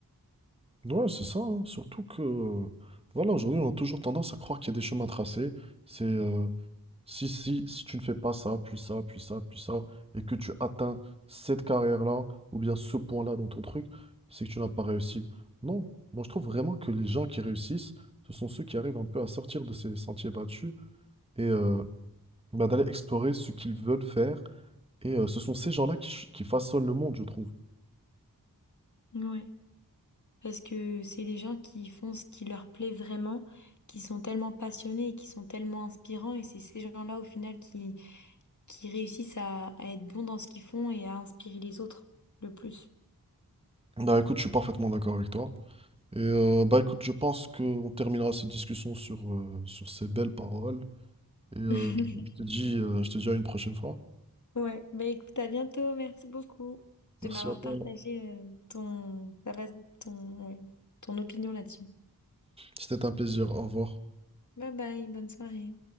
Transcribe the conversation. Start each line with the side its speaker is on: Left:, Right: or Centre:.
Right: Ouais, c'est ça, hein. Surtout que, voilà, aujourd'hui, on a toujours tendance à croire qu'il y a des chemins tracés. C'est, euh, si, si, si tu ne fais pas ça, puis ça, puis ça, puis ça, et que tu atteins cette carrière-là, ou bien ce point-là dans ton truc, c'est que tu n'as pas réussi. Non, moi je trouve vraiment que les gens qui réussissent, ce sont ceux qui arrivent un peu à sortir de ces sentiers battus et euh, Bah, d'aller explorer ce qu'ils veulent faire. Et euh, ce sont ces gens-là qui, ch- qui façonnent le monde, je trouve.
Left: Oui. Parce que c'est les gens qui font ce qui leur plaît vraiment, qui sont tellement passionnés et qui sont tellement inspirants, et c'est ces gens-là, au final, qui, qui réussissent à, à être bons dans ce qu'ils font et à inspirer les autres le plus.
Right: Bah écoute, je suis parfaitement d'accord avec toi. Et euh, bah écoute, je pense qu'on terminera cette discussion sur, euh, sur ces belles paroles. Et euh,
Left: <laughs>
Right: je te dis, euh, je te dis à une prochaine fois.
Left: Ouais, bah écoute, à bientôt. Merci beaucoup
Right: Merci
Left: de m'avoir
Right: à toi.
Left: partagé euh, ton, ta base- ton, ouais, ton opinion là-dessus.
Right: C'était un plaisir. Au revoir.
Left: Bye bye, bonne soirée.